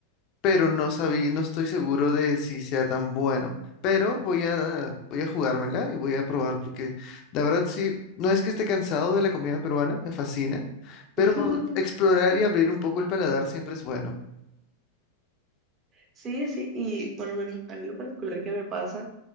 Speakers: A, on the left; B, on the right.
A: pero no sabía, no estoy seguro de si sea tan bueno. Pero voy a, voy a jugármela y voy a probar porque la verdad sí, no es que esté cansado de la comida peruana, me fascina, pero
B: <laughs>
A: explorar y abrir un poco el paladar siempre es bueno.
B: Sí, sí, y por lo menos a mí lo particular que me pasa